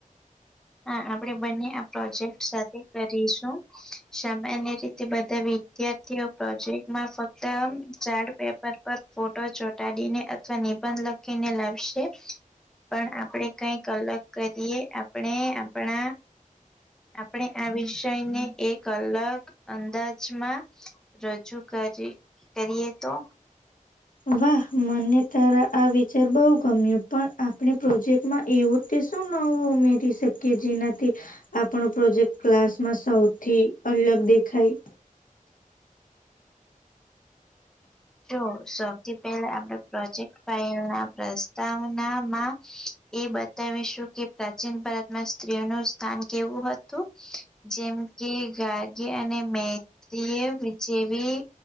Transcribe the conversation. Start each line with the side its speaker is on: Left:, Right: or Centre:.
Centre: હા આપણેે બંને આ પ્રોજેક્ટ સાથે કરીશું સામાન્ય રીતે બધા વિદ્યાર્થીઓ પ્રોજેક્ટમાં ફક્ત ચાર્ટ પેપર પર ફોટો ચોટાડીને અથવા નિબંધ લખીને લાવશે પણ આપણેે કંઈક અલગ કરીએ આપણે આપણા આપણે આ વિષયને એક અલગ અંદાજમાં રજૂ કરી કરીએ તો
Left: વાહ મને તારા આ વિચાર બહુ ગમ્યો પણ આપણે પ્રોજેક્ટ એવું તે શું નવું ઉમેરી શકીએ જેનાથી આપણો પ્રોજેક્ટ ક્લાસમાં સૌથી અલગ દેખાય
Centre: જો સૌથી પહેલા આપણે પ્રોજેક્ટ ના પ્રસ્તાવનામાં એ બતાવીશું કે પ્રાચીન ભારત સ્ત્રીઓ નું સ્થાન કેવું હતું જેમ કે ગગી અને મૈત્રી જેવી